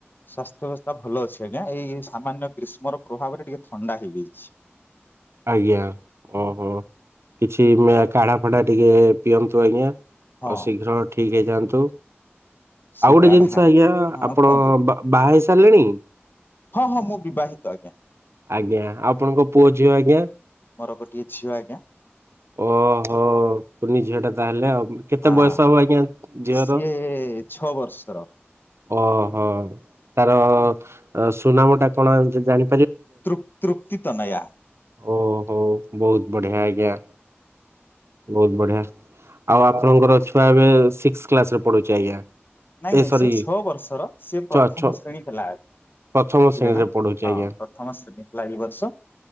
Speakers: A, on the left (about 50°); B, on the right (about 75°).
A: ସ୍ୱାସ୍ଥ୍ୟ ଅବସ୍ଥା ଭଲ ଅଛି ଆଜ୍ଞା ଏଇ ସାମାନ୍ୟ ଗ୍ରୀଷ୍ମର ପ୍ରଭାବରେ ଟିକେ ଥଣ୍ଡା ହେଇଯାଇଛି।
B: ଆଜ୍ଞା ଓହୋ କିଛି କାଢା ଫାଡା ଟିକେ ପିଅନ୍ତୁ ଆଜ୍ଞା। ଆଉ
A: ହଁ
B: ଶୀଘ୍ରଠିକ। ଠିକ ହେଇ ଯାଆନ୍ତୁ।
A: ସେ
B: ଆଉ ଗୋଟେ
A: କାଢା
B: ଜିନିଷ ଆଜ୍ଞା
A: ହଁ
B: ଆପଣ
A: କୁହନ୍ତୁ
B: ବାହ ବାହା ହେଇ ସାର୍ ଚାଲଣି।
A: ହଁ ହଁ ମୁଁ ବିବାହିତ ଆଜ୍ଞା।
B: ଆଜ୍ଞା ଆପଣଙ୍କ ପୁଅ ଝିଅ ଆଜ୍ଞା
A: ମୋର ଗୋଟିଏ ଝିଅ ଆଜ୍ଞା
B: ଓହୋ କୁନି ଝିଅ ଟା ତାହେଲେ ଆଉ କେତେ
A: ହଁ।
B: ବୟସ ହବ ଆଜ୍ଞା ଝିଅର?
A: ସିଏ ଛଅ ବର୍ଷର
B: ଓହୋ ତାର ସୁନାମ ଟା କଣ ଜାଣି
A: ତୃପ ତୃକ୍ତିତନୟା।
B: ଓହୋ ବହୁତ ବଢିଆ ଆଜ୍ଞା ବହୁତ ବଢିଆ। ଆଉ ଆପଣଙ୍କର ଛୁଆ ଏବେ ସିକ୍ସ କ୍ଲାସ୍ ରେ ପଢୁଛି ଆଜ୍ଞା?
A: ନାଇଁ
B: ଏ
A: ନାଇଁ
B: ସରି
A: ସେ ଛଅ ବର୍ଷର ସେ
B: ଛ
A: ପ୍ରଥମ
B: ଛ
A: ଶ୍ରେଣୀ ଥିଲା। ଆଜି
B: ପ୍ରଥମ
A: ବୁଝିଲେ
B: ଶ୍ରେଣୀରେ
A: ନା
B: ପଢୁଛି ଆଜ୍ଞା
A: ହଁ ପ୍ରଥମ ଶ୍ରେଣୀ ହେଲା ଏଇ ବର୍ଷ